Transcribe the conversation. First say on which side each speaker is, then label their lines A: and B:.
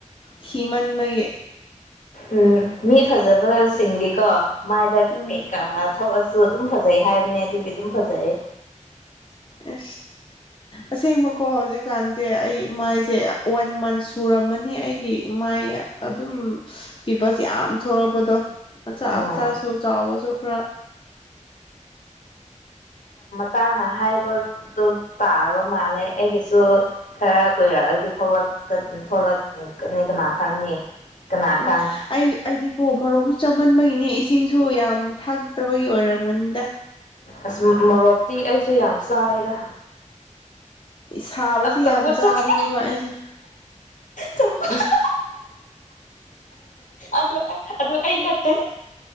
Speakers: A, on the left; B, on the left.
A: ꯊꯤꯃꯟꯕꯒꯤ
B: ꯎꯝ ꯃꯤ ꯐꯖꯕꯁꯤꯡꯗꯤꯀꯣ ꯃꯥꯥꯏꯗꯛ
A: ꯎꯝ
B: ꯀꯩꯀꯥ ꯊꯧꯑꯁꯨ ꯑꯗꯨꯝ ꯐꯖꯩ ꯍꯥꯏꯕꯅꯤ ꯑꯗꯨꯒꯤ ꯑꯗꯨꯝ ꯐꯖꯩ
A: ꯑ ꯑꯁꯤꯁꯦꯡꯃꯛꯀꯣ ꯍꯧꯖꯤꯛ ꯀꯥꯟꯁꯦ ꯑꯩ ꯃꯥꯏꯁꯦ ꯋꯥꯟ ꯃꯟꯁ ꯁꯨꯔꯝꯃꯅꯤ ꯑꯩꯒꯤ ꯃꯥꯏ ꯑꯗꯨꯝ ꯄꯤꯄꯜꯁ ꯌꯥꯝ ꯊꯣꯛꯂꯛꯄꯗꯣ ꯃꯆꯥ
B: ꯎꯝ
A: ꯃꯆꯥꯁꯨ ꯆꯥꯎꯕꯁꯨ ꯈꯔ
B: ꯀꯥꯡꯥꯡꯅ ꯍꯥꯏꯕꯗꯣ ꯄꯥꯔꯔꯕ ꯃꯥꯜꯦ ꯑꯩꯒꯤꯁ ꯁꯨ ꯈꯔ ꯀꯨꯏꯔꯛꯑꯗꯤꯂꯛꯀ ꯊꯣꯛꯂꯛꯀꯅꯤ ꯀꯅꯥ ꯈꯪꯅꯤ ꯀꯅꯥꯈꯪ
A: ꯎꯝ ꯑꯩ ꯑꯩꯗꯤꯀꯣ ꯃꯔꯣꯁꯨ ꯆꯥꯍꯟꯕꯒꯤꯅꯦ ꯏꯁꯤꯡꯁꯨ ꯌꯥꯝ ꯊꯥꯛꯇꯕꯒꯤ ꯑꯣꯏꯔꯝꯃꯅꯤꯗ
B: ꯑꯁ ꯃꯣꯔꯣꯛꯇꯤ ꯑꯩꯁꯨ ꯌꯥꯝ ꯆꯥꯏꯗ
A: ꯁꯥꯕꯁꯤ
B: ꯑꯁ ꯆꯝꯐꯨꯠ
A: ꯌꯥꯝ
B: ꯆꯥꯏ
A: ꯆꯥꯕꯅꯦꯕ ꯑꯩꯁꯨ
B: ꯆꯝꯐꯨꯠ ꯆꯥꯏ ꯑꯗꯨ ꯑꯗꯨ ꯑ ꯅꯠꯇꯦ